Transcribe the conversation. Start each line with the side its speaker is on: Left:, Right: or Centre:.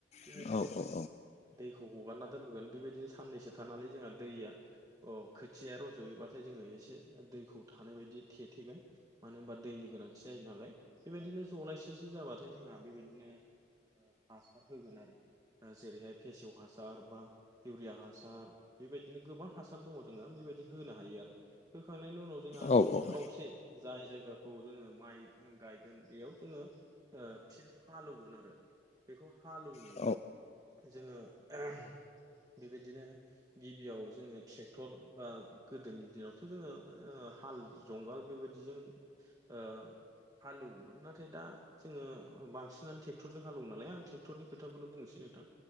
Right: बेबायदिनो
Left: औ
Right: दैखौ हगारना दोनबोगोन बेबायदिनो साननैसो थानानै जोंहा दैया अ खोथिया रज'योबाथाय जोङो एसे दैखौ थानाय बायदि थेथेगोन मानो होनबा दैनि गोनांथि जायो नालाय बेबायदिनो जलायसेसो जाबाथाय जोंहा बेबायदिनो ओ हासार होगोन आरो जेरैहाय फेसेव हासार बा इउरिया हासार बेबायदिनो गोबां हासार दङ जोंहा बेबायदि होनो हायो आरो होखांनायनि उनाव जोंहा
Left: औ औ
Right: खावसे जाय जायगाखौ जोङो माइ गायगोन बेयाव जोङो ओ फिन हालौगोन आरो बेखौ हालौनो
Left: औ नोंथां औ
Right: जोङो <unintelligible> बिबायदिनो गिबियाव जोङो ट्रेक्टर बा गोदोनि दिनावथ' जोङो ओ हाल जंगाल बेबायदिजों ओ हालौमोन नाथाय दा जोङो ओ बांसिनानो ट्रेक्टरजों हालौ नालाय आं ट्रेक्टरनि खोथाखौनो बुंनोसै नोंथां